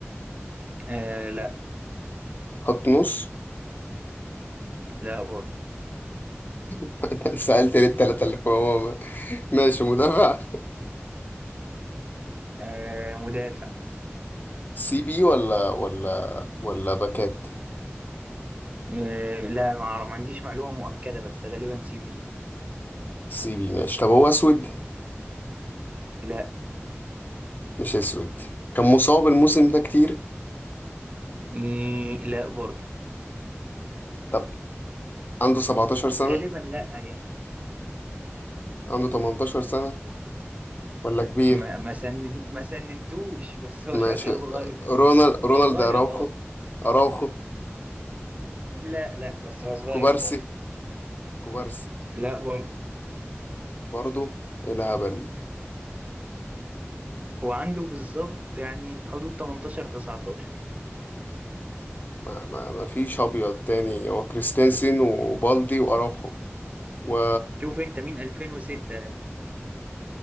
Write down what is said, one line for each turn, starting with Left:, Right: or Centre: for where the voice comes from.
Right: آه لا
Left: خط نص
Right: لا برضه
Left: <laughs> أنت سألت ليه التلاتة اللي فوق هو ماشي مدافع
Right: آه مدافع
Left: سي بي ولا ولا ولا باكات
Right: آه، لا ما أعرف- ما عنديش معلومة مؤكدة بس غالبا سي بي
Left: سي بي ماشي طب هو اسود
Right: لا
Left: مش اسود كان مصاب الموسم ده كتير
Right: مي لا برضه
Left: طب عنده 17 سنة
Right: غالبا لا يعني
Left: عنده 18 سنة ولا كبير
Right: ما ما سنن ما سننتوش بس هو شكله
Left: ماشي
Right: صغير
Left: رونالد رونالد
Right: هو صغير
Left: اراوخو
Right: اه
Left: اراوخو
Right: لا لا بس هو صغير
Left: كوبارسي
Right: برضه
Left: كوبارسي
Right: لا برضه
Left: برضو إيه الهبل ده
Right: هو عنده بالظبط يعني حدود 18 19
Left: ما, ما, ما فيش ابيض تاني هو كريستنسن وبالدي واراوخو و
Right: شوف انت مين 2006